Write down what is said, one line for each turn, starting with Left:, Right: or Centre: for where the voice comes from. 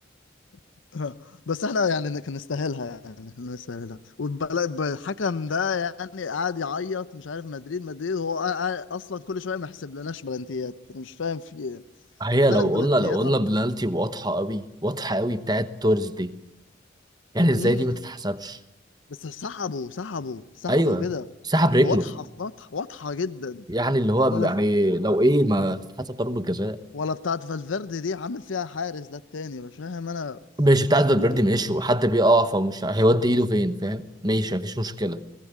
Left: <laughs> اه. بس احنا يعني كان نستاهلها يعني كان نستاهلها والحكم ده يعني قاعد يعيط مش عارف مدريد مدريد هو قاعد- اصلا كل شويه ما يحسب لناش بلانتيات أنا مش فاهم في ايه
Right: <laughs> هي
Left: ثلاث
Right: لو
Left: بلانتيات
Right: قلنا لو قلنا
Left: أرب...
Right: بلالتي واضحه قوي واضحه قوي بتاعت تورز دي يعني ازاي
Left: مم.
Right: دي ما تتحسبش
Left: بس سحبوا سحبوا سحبوا
Right: ايوه
Left: كده
Right: سحب رجله
Left: واضحه واضحه واضحه جدا
Right: يعني اللي هو
Left: ولا
Right: يعني لو ايه ما تتحسب ضربه جزاء
Left: ولا بتاعت فالفيردي دي عامل فيها حارس ده التاني مش فاهم انا
Right: ماشي بتاعت فالفيردي
Left: لا،
Right: ماشي وحد بيقع فمش هيودي ايده فين فاهم ماشي مفيش مشكله